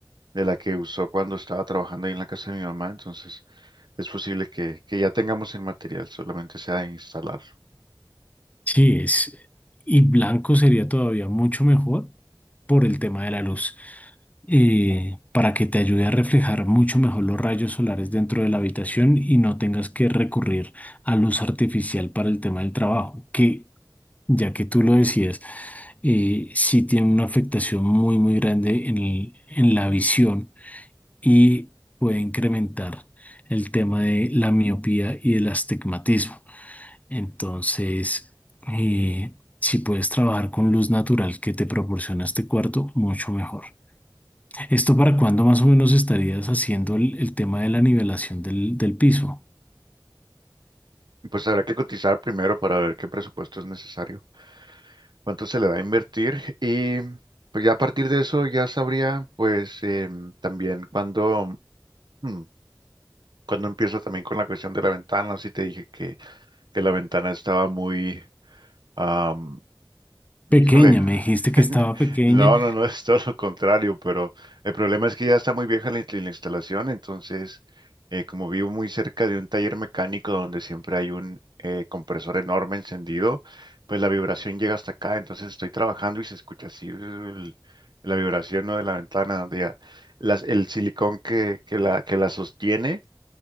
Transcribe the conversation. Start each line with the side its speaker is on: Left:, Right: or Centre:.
Right: de la que usó cuando estaba trabajando ahí en la casa de mi mamá, entonces es posible que, que ya tengamos el material, solamente sea de instalarlo.
Left: Sí, es, y blanco sería todavía mucho mejor por el tema de la luz. eh, para que te ayude a reflejar mucho mejor los rayos solares dentro de la habitación y no tengas que recurrir a luz artificial para el tema del trabajo, que ya que tú lo decías, eh, sí tiene una afectación muy, muy grande en el- en la visión y puede incrementar el tema de la miopía y el astigmatismo. Entonces, eh, si puedes trabajar con luz natural que te proporciona este cuarto, mucho mejor. ¿Esto para cuándo más o menos estarías haciendo el, el tema de la nivelación del, del piso?
Right: Y Pues habrá que cotizar primero para ver qué presupuesto es necesario, cuánto se le va a invertir y pues ya a partir de eso ya sabría pues em, también cuando, hmm, cuando empiezo también con la cuestión de la ventana, si te dije que, que la ventana estaba muy, am,
Left: Pequeña,
Right: híjole,
Left: me dijiste
Right: <laughs>
Left: que estaba pequeña.
Right: No, no, no, es todo lo contrario, pero el problema es que ya está muy vieja la, in- la instalación, entonces, eh, como vivo muy cerca de un taller mecánico donde siempre hay un eh, compresor enorme encendido, pues la vibración llega hasta acá, entonces estoy trabajando y se escucha así el- la vibración, ¿no? de la ventana, donde ya las- el silicón que, que la, que la sostiene